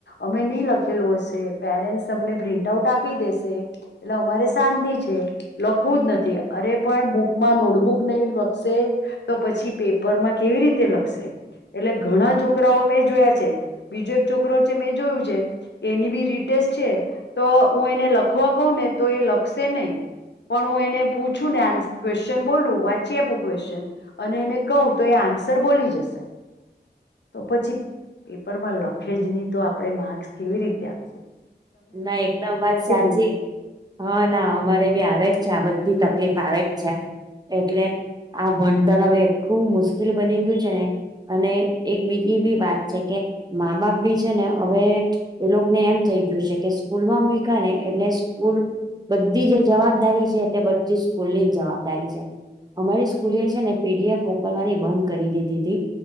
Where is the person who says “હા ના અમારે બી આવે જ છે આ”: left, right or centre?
Right